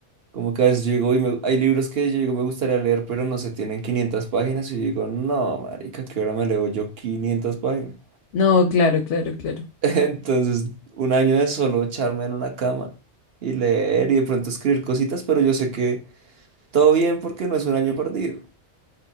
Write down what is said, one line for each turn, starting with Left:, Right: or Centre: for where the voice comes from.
Right: Como que a veces llego y me- hay libros que yo digo me gustaría leer, pero no se tienen 500 páginas y yo digo, no, marica, ¿qué hora me leo yo 500 páginas?
Left: No, claro, claro, claro.
Right: <laughs> Entonces, un año de solo echarme en una cama y leer y de pronto escribir cositas, pero yo sé que todo bien porque no es un año perdido.